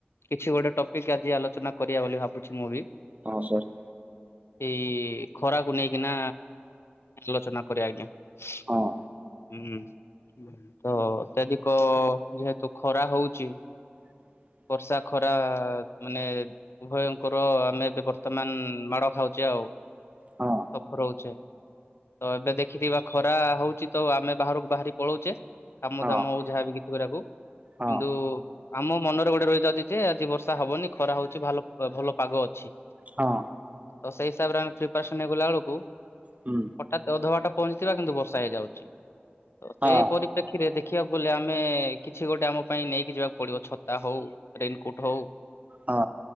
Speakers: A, on the left; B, on the right.
A: କିଛି ଗୋଟେ ଟପିକ୍ ଆଜି ଆଲୋଚନା କରିବା ବୋଲି ଭାବୁଛି ମୁଁ ବି
B: ହଁ ସାର୍
A: ସେଇ ଖରାକୁ ନେଇକିନା ଆଲୋଚନା କରେ ଆଜ୍ଞା। <unintelligible>
B: ହଁ
A: ହୁଁ ଉମ୍ ତ ଅତ୍ୟଧିକ ଯେହେତୁ ଖରା ହଉଛି।
B: <inaudible>
A: ବର୍ଷା ଖରା ମାନେ ଉଭୟଙ୍କର ଆମେ ଏବେ ବର୍ତ୍ତମାନ ମାଡ଼ ଖାଉଛେ ଆଉ।
B: ହଁ
A: ସଫର୍ ହଉଛେ। ତ ଏବେ ଦେଖିଥିବା ଖରା ହଉଛି ତ ଆମେ ବାହାରକୁ ବାହାରି ପଳଉଛେ। କାମ
B: ହଁ
A: ଦାମ ଆଉ ଯାହାବି କିଛି କରିବାକୁ
B: ହଁ
A: କିନ୍ତୁ ଆମ ମନରେ ଗୋଟେ ରହିଯାଇଛି ଯେ ଆଜି ବର୍ଷା ହବନି ଖରା ହଉଛି ଭଲ ଭଲ ପାଗ ଅଛି।
B: ହଁ
A: ତ ସେଇ ହିସାବରେ ଆମେ ପ୍ରିପ୍ରାସନ୍ ହେଇଗଲା ବେଳକୁ
B: ହୁଁ
A: ହଠାତ୍ ଅଧ ବାଟ ପହଞ୍ଚିଥିବା କିନ୍ତୁ ବର୍ଷା ହେଇଯାଉଛି। ତ
B: ହଁ
A: ସେ ପରିପ୍ରେକ୍ଷୀରେ ଦେଖିବାକୁ ଗଲେ ଆମେ କିଛି ଗୋଟେ ଆମ ପାଇଁ ନେଇକି ଯିବାକୁ ପଡିବ ଛତା ହଉ ରେନିକୋଟ୍ ହଉ
B: ହଁ,